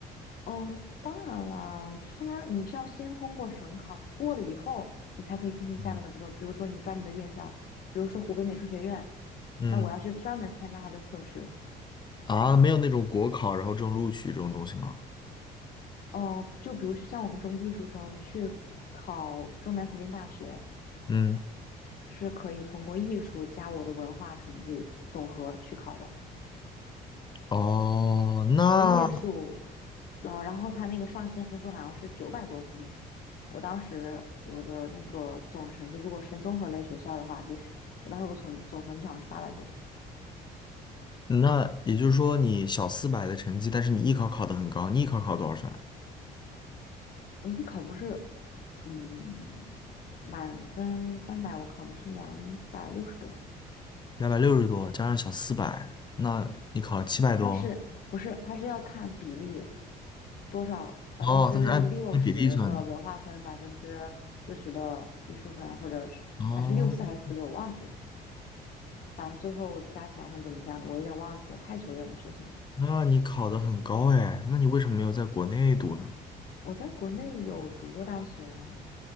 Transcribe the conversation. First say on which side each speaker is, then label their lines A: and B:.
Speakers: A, on the left; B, on the left.
A: 嗯，当然啦，就是它你是要先通过省考，你过了以后，你才可以进行下面的步骤。
B: 嗯
A: 比如说你专门的院校，比如说湖北美术学院，
B: 嗯
A: 那我要去专门参加它的测试。
B: 啊，没有那种国考，然后这种录取这种东西吗？
A: 嗯，就比如说像我们这种艺术生去考中南财经大学，
B: 嗯，
A: 是可以通过艺术加我的文化成绩总和去考的。
B: 哦，那
A: 我的艺术，嗯、然后他那个上线分数好像是九百多分。我当时我的那个总成绩，如果申综合类学校的话，就是我当时我总总成绩好像是八百多。
B: 那也就是说，你小四百的成绩，但是你艺考考得很高，你艺考考多少分啊？
A: 我艺考不是，嗯，满分三百，我考的是两百六十多。
B: 两百六十多，加上小四百，那你考了七百多。
A: 它是不是它是要看比例多少？百分之六十的文化分，
B: 哦，它是按按比例算的。
A: 百分之四十的艺术分，或者是还是六四还是四六，
B: 哦，
A: 我忘记了。反正最后加起来还是怎么加的，我有点忘记了，太久远的事情了。
B: 那你考得很高哎，那你为什么没有在国内读呢？
A: 我在国内有读过大学啊，